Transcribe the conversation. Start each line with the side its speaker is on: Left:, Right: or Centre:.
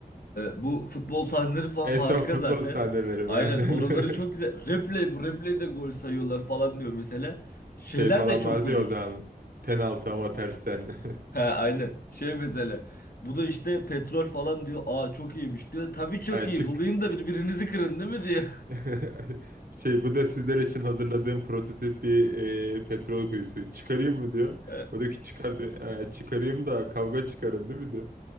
Left: bu futbol sahneleri falan
Right: En
Left: harika
Right: son futbol
Left: zaten.
Right: sahneleri
Left: Aynen
Right: aynen.
Left: oraları
Right: <laughs>
Left: çok güzel. Replay bu replay'de gol sayıyorlar falan diyor mesela. Şeyler
Right: Şey falan
Left: de çok
Right: vardı
Left: komik.
Right: ya o zaman. Penaltı ama tersten. <laughs>
Left: Ha aynen. Şey mesela. Bu da işte petrol falan diyor. Aa çok iyiymiş diyor. Tabii çok
Right: Yani
Left: iyi.
Right: çık.
Left: Bulayım da birbirinizi kırın değil mi diyor.
Right: <laughs> Şey bu da sizler için hazırladığım prototip bir e, petrol kuyusu. Çıkarayım mı diyor.
Left: <laughs>
Right: O diyor ki çıkar diyor. "E, çıkarayım da kavga çıkarın değil mi diyor.